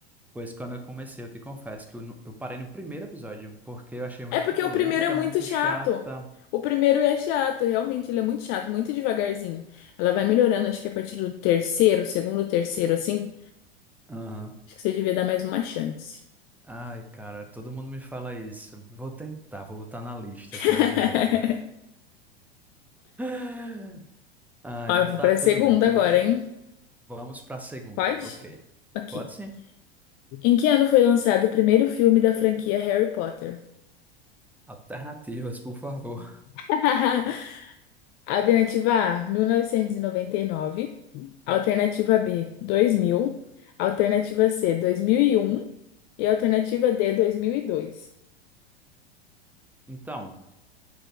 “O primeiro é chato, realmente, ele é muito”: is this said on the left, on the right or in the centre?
Left